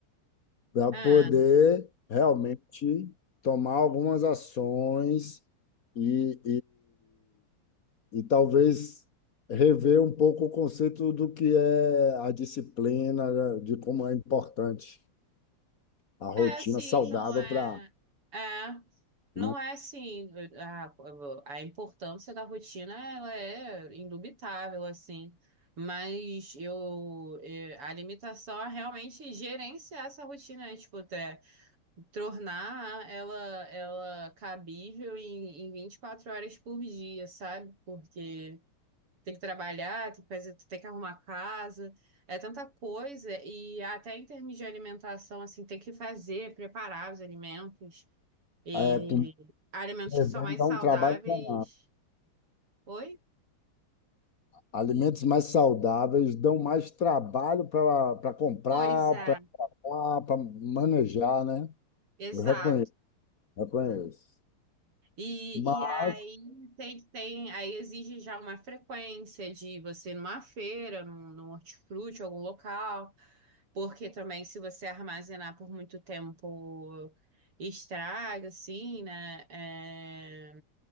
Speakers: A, on the left; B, on the right.
A: para
B: é.
A: poder realmente tomar algumas ações e, e, e talvez rever um pouco o conceito do que é a disciplina, né, de como é importante a rotina
B: É, sim,
A: saudável
B: não é.
A: para,
B: É, não
A: né?
B: é assim. A, a importância da rotina, ela é indubitável, assim. Mas eu, eh, a limitação é realmente gerenciar essa rotina, né? Tipo, até tornar ela, ela cabível em, em 24 horas por dia, sabe? Porque tem que trabalhar, tem que fazer, tem que arrumar casa, é tanta coisa, e até em termos de alimentação, assim, tem que fazer, preparar os alimentos, e
A: É, comer
B: alimentos que são
A: bem
B: mais
A: dá
B: saudáveis.
A: um trabalho danado.
B: Oi?
A: Alimentos mais saudáveis dão mais trabalho para para comprar,
B: Pois é,
A: para para manejar, né?
B: exato.
A: Eu reconheço, reconheço.
B: E,
A: Mas
B: e aí tem, tem, aí exige já uma frequência de você ir numa feira, num, num hortifruti, algum local. Porque também, se você armazenar por muito tempo, estraga, assim, né? É,